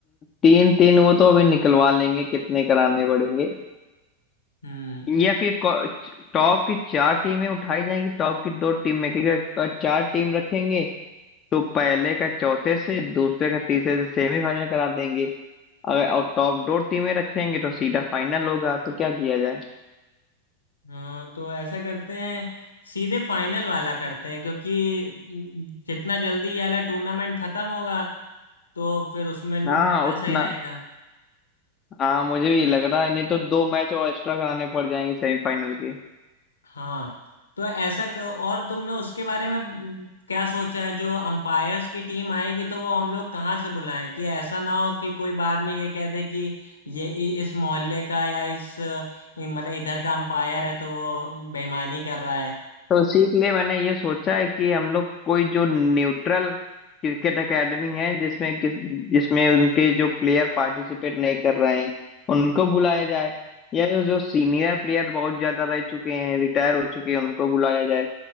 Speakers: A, on the left; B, on the left.
A: तीन तीन वो तो अभी निकलवा लेंगे कितने कराने पड़ेंगे
B: हम्म
A: या फिर को- टॉप की चार टीमें उठाई जाएंगी टॉप की दो टीम में क्योंकि अगर चार टीम रखेंगे तो पहले का चौथे से दूसरे का तीसरे से सेमीफाइनल करा देंगे अगर और टॉप दो टीमें रखेंगे तो सीधा फाइनल होगा तो क्या किया जाए
B: हाँ तो ऐसा करते हैं सीधे फाइनल वाला करते हैं क्योंकि जितना जल्दी ये वाला टूर्नामेंट खत्म होगा तो फिर उसमें
A: हाँ
B: ज्यादा
A: उतना
B: सही रहेगा
A: हाँ मुझे भी ये लग रहा है नहीं तो दो मैच और एक्स्ट्रा कराने पड़ जाएंगे सेमीफाइनल के
B: हाँ तो ऐसा क- और तुमने उसके बारे में क्या सोचा है जो अंपायर्स की टीम आएगी तो वो हम लोग कहाँ से बुलाएं कि ऐसा ना हो कि कोई बाद में ये कह दे कि ये इ- इस मोहल्ले का या इस अ, मतलब इधर का अंपायर है तो वो बेईमानी कर रहा है
A: तो उसी के लिए मैंने ये सोचा है कि हम लोग कोई जो न्यूट्रल क्रिकेट एकेडमी है जिसमें किस जिसमें उनके जो प्लेयर पार्टिसिपेट नहीं कर रहे हैं उनको बुलाया जाए या जो जो सीनियर प्लेयर बहुत ज्यादा रह चुके हैं रिटायर हो चुके हैं उनको बुलाया जाए